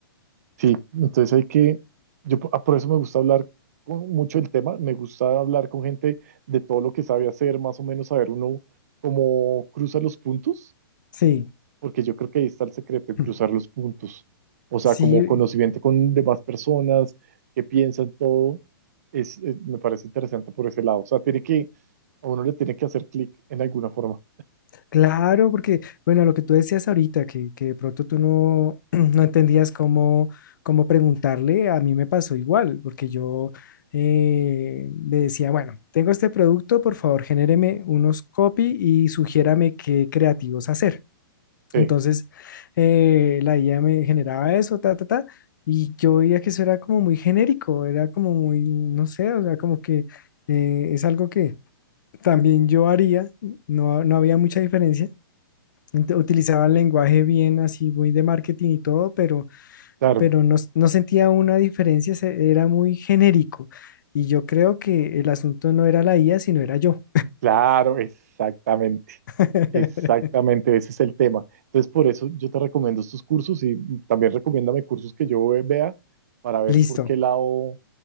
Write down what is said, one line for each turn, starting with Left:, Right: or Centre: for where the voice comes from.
Right: Sí, entonces hay que, yo po- ah, por eso me gusta hablar con- mucho el tema, me gusta hablar con gente de todo lo que sabe hacer, más o menos saber uno cómo cruza los puntos
Left: Sí,
Right: porque yo creo que ahí está el secreto, en cruzar
Left: mm,
Right: los puntos. O sea,
Left: sí,
Right: como conocimiento con demás personas que piensan todo, es, eh, me parece interesante por ese lado. O sea, tiene que, a uno le tiene que hacer clic en alguna forma.
Left: claro, porque, bueno, lo que tú decías ahorita, que, que de pronto tú no, <clears throat> no entendías cómo, cómo preguntarle, a mí me pasó igual, porque yo eh, le decía, bueno, tengo este producto, por favor, genéreme unos copy y sugiérame qué creativos hacer.
Right: Sí,
Left: Entonces, eh, la IA me generaba eso, ta, ta, ta, y yo veía que eso era como muy genérico, era como muy, no sé, o sea, como que eh, es algo que también yo haría, no, no había mucha diferencia. Ent- Utilizaba el lenguaje bien así, muy de marketing y todo, pero,
Right: claro,
Left: pero no, s- no sentía una diferencia, se- era muy genérico. Y yo creo que el asunto no era la IA, sino era yo.
Right: claro, exactamente.
Left: <laughs>
Right: Exactamente, ese es el tema. Entonces, por eso yo te recomiendo estos cursos y también recomiéndame cursos que yo ve- vea para ver
Left: Listo.
Right: por qué lado,